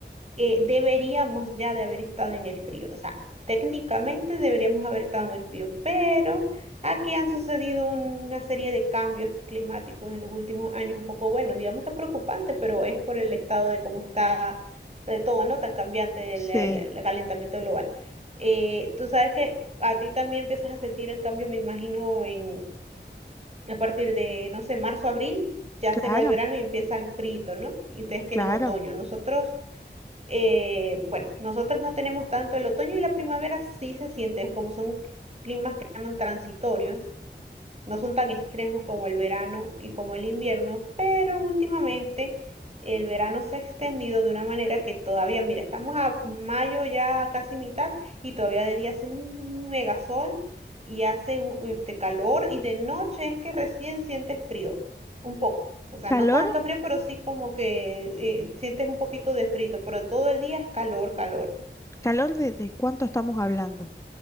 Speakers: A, on the right; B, on the left.
A: eh, deberíamos ya de haber estado en el frío. O sea, técnicamente deberíamos haber estado en el frío, pero aquí han sucedido una serie de cambios climáticos en los últimos años, un poco, bueno, digamos que preocupante, pero es por el estado de cómo está de todo, ¿no? Tan cambiante
B: sí,
A: el, el- el calentamiento global. Eh, tú sabes que a ti también empiezas a sentir el cambio, me imagino, en, a partir de, no sé, marzo, abril. Ya
B: claro,
A: se va el verano y empieza el frito, ¿no? Y ustedes tienen
B: claro.
A: otoño. Nosotros eh, bueno, nosotros no tenemos tanto el otoño y la primavera sí se siente, como son climas que llaman transitorios, no son tan extremos como el verano y como el invierno, pero últimamente el verano se ha extendido de una manera que todavía, mira, estamos a mayo ya casi mitad y todavía de día hace un megasol y hace un- este calor y de noche es que recién sientes frío, un poco. O sea,
B: ¿Calor?
A: no tanto frío, pero sí como que eh, sientes un poquito de frito, pero todo el día es calor, calor.
B: ¿Calor de, de cuánto estamos hablando?